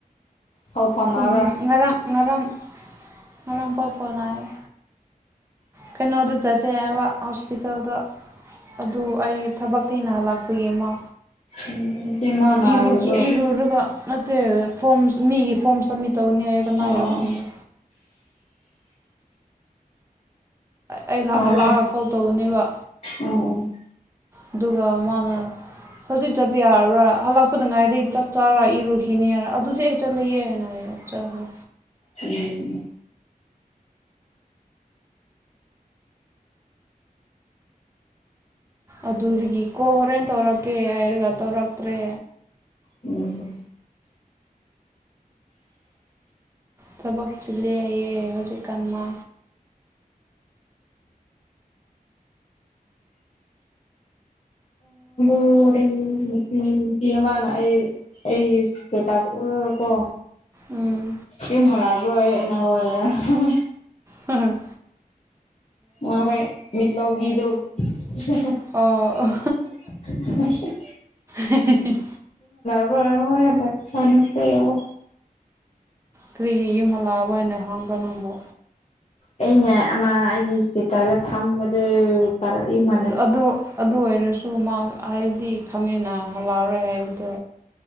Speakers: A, on the left; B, on the right.
A: ꯄꯥꯎ ꯐꯥꯎꯅꯕ꯭ꯔꯥ
B: ꯈꯨꯝ ꯉꯔꯥꯡ ꯉꯔꯥꯡ ꯉꯔꯥꯡ ꯄꯥꯎ ꯐꯥꯎꯅꯥꯏꯌꯦ ꯀꯩꯅꯣꯗꯣ ꯆꯠꯁꯦ ꯍꯥꯏꯕ ꯍꯣꯁꯄꯤꯇꯥꯜꯗ ꯑꯗꯨ ꯑꯩ ꯊꯕꯛ ꯊꯦꯡꯅꯍꯜꯂꯥꯛꯄꯒꯤꯃ
A: ꯎꯝ ꯏꯕꯦꯝꯃ ꯅꯥꯔꯤꯕ꯭ꯔꯣ
B: ꯏꯔꯨꯈꯤ ꯏꯔꯨꯔꯒ ꯅꯠꯇꯦ ꯐꯣꯝ ꯃꯤꯒꯤ ꯐꯣꯝꯁꯝꯃꯤꯠ ꯇꯧꯅꯤ ꯍꯥꯏꯌꯦ ꯀꯅꯥꯒꯤꯔꯣ
A: ꯑꯣ ꯑꯣ
B: ꯈꯪꯗꯦ ꯑꯩ ꯂꯛ
A: ꯇꯥꯕ꯭ꯔꯣ
B: ꯍꯜꯂꯛꯒ ꯀꯣꯜ ꯇꯧꯕꯅꯦꯕ
A: ꯎꯝ
B: ꯑꯗꯨꯒ ꯃꯥꯅ ꯍꯧꯖꯤꯛ ꯆꯠꯄ ꯌꯥꯔꯔꯣꯏ ꯍꯜꯂꯛꯄꯗ ꯉꯥꯏꯔꯤ ꯆꯠ ꯆꯥꯔꯥ ꯏꯔꯨꯈꯤꯅꯤꯔ ꯑꯗꯨꯗꯤ ꯑꯩ ꯆꯠꯂꯒꯦ ꯍꯥꯏꯅ ꯍꯥꯏꯌꯦ ꯆꯠꯈ꯭ꯔꯦ
A: ꯎꯝ
B: ꯑꯗꯨꯗꯒꯤ ꯀꯣ ꯍꯣꯔꯦꯟ ꯇꯧꯔꯛꯀꯦ ꯍꯥꯏꯔꯒ ꯇꯧꯔꯛꯇ꯭ꯔꯦ
A: ꯎꯝ
B: ꯊꯕꯛ ꯆꯤꯜꯂꯤ ꯍꯥꯏꯌꯦ ꯍꯧꯖꯤꯛꯀꯥꯟ ꯃ
A: ꯎꯝ ꯍꯣꯔꯦꯟ ꯅꯨꯄꯤ ꯅꯨꯄꯤ ꯑꯃꯅ ꯑꯩ ꯑꯩ ꯏꯁꯇꯦꯇꯥꯁ ꯎꯔꯒꯀꯣ
B: ꯎꯝ
A: ꯌꯨꯝ ꯍꯥꯜꯂꯛꯑꯕ꯭ꯔꯣ ꯌꯦ ꯑꯩꯅ ꯍꯣꯏ ꯍꯥꯏꯕꯅꯦ
B: ꯍꯍꯪ
A: ꯃꯈꯣꯏ ꯃꯤꯠꯂꯥꯎꯕꯤꯗꯣ <unintelligible>
B: ꯑꯣ ꯍꯦ ꯍꯦ
A: ꯍꯣꯏ ꯍꯣꯏ ꯍꯥꯜꯂꯛꯄꯔ ꯌꯦꯡꯉꯣ
B: ꯀ꯭ꯔꯤ ꯌꯨꯝ ꯍꯥꯜꯂꯛꯑꯕ ꯍꯥꯏꯅ ꯍꯥꯡꯕ꯭ꯔꯣ ꯅꯪꯕꯣ
A: ꯑꯩꯅꯦ ꯑꯃ ꯑꯩꯒꯤ ꯏꯁꯇꯦꯇꯥꯔꯗ ꯊꯝꯕꯗꯨ ꯌꯨꯝꯍꯜꯂ
B: ꯑꯗꯨ ꯑꯗꯨ ꯑꯣꯏꯔꯁꯨ ꯃꯥ ꯍꯥꯏꯗꯤ ꯈꯪꯅꯤꯅ ꯃꯂꯔꯣꯏ ꯍꯥꯏꯕꯗꯣ